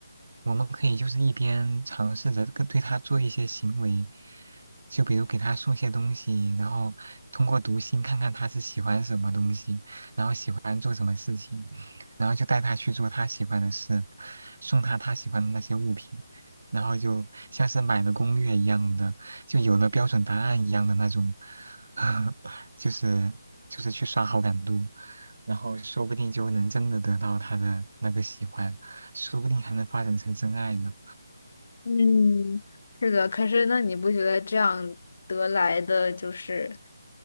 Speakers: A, on the right; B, on the left.
A: 我们可以就是一边尝试着跟对他做一些行为，就比如给他送些东西，然后通过读心看看他是喜欢什么东西，然后喜欢做什么事情，然后就带他去做他喜欢的事，送他他喜欢的那些物品，然后就像是买了攻略一样的，就有了标准答案一样的那种，<laughs> 就是就是去刷好感度。然后说不定就能真的得到他的那个喜欢，说不定还能发展成真爱呢。
B: 嗯，是的，可是那你不觉得这样得来的就是